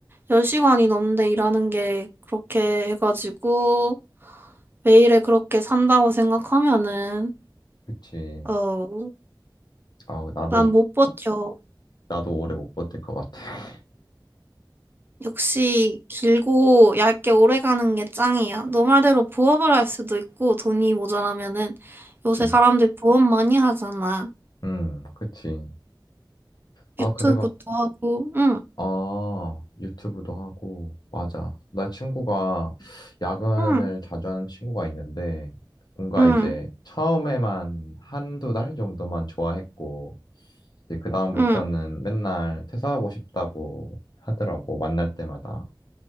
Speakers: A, on the right; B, on the left.
A: 10시간이 넘는데 일하는 게 그렇게 해가지고 매일에 그렇게 산다고 생각하면은
B: 그치.
A: 어,
B: 아, 나도,
A: 난 못 버텨.
B: 나도 오래 못 버틸 것 같아. <laughs>
A: 역시 길고 얇게 오래 가는 게 짱이야. 너 말대로 부업을 할 수도 있고 돈이 모자라면은
B: 그치.
A: 요새 사람들 부업 많이 하잖아.
B: 음, 그치. 아,
A: 유튜브도
B: 그래가,
A: 하고, 응,
B: 아, 유튜브도 하고, 맞아. 나 친구가 야근을
A: 응,
B: 자주 하는 친구가 있는데, 뭔가
A: 응,
B: 이제 처음에만 한두 달 정도만 좋아했고, 이제 그다음부터는
A: 응,
B: 맨날 퇴사하고 싶다고 하더라고, 만날 때마다.